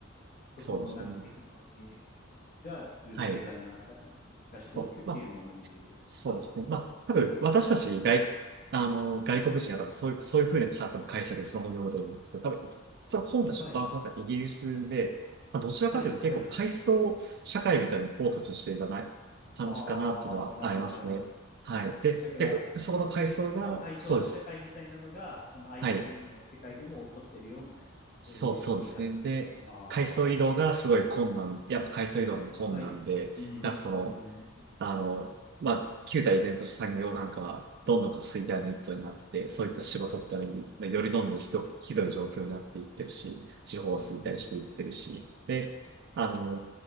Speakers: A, on the right; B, on the left.
A: そうですね。
B: そこのな、テクノロジーが作る経済の中で二極化していくっていうのを問題として。
A: はい。そうです。まあ、そうですね。
B: あ、
A: まあ、多分、私たち外、あの、外国人は多分そういう、そういうふうな多分解釈でそのようだと思うんですけど、多分、その本たちのバランスだったイギリスで、
B: はい、
A: まあ、どちらかというと結構階層社会みたいにフォーカスしていかない感じかなっていうのはありますね。
B: はい、はい。あー、なるほど、なるほど。
A: はい。で、
B: だから、
A: 結構、そこの階層が、
B: イギリスの階層社会みたいなのが、
A: そうです。
B: その IT
A: はい。
B: の世界でも起こってるよ、みたいな。
A: そう、
B: そういう見方って。
A: そうですね。で、
B: ああ、
A: 階層移動がすごい困難、
B: なるほど。
A: やっぱ階層移動の困難で、
B: はい。
A: だからその、
B: うん、うん、うん、
A: あの、まあ、旧態依然とした産業なんかは、どんどんこう衰退の一途になって、そういった仕事ってのはよりどんどんひどく、ひどい状況になっていってるし、地方は衰退していってるし、
B: うん。
A: で、あの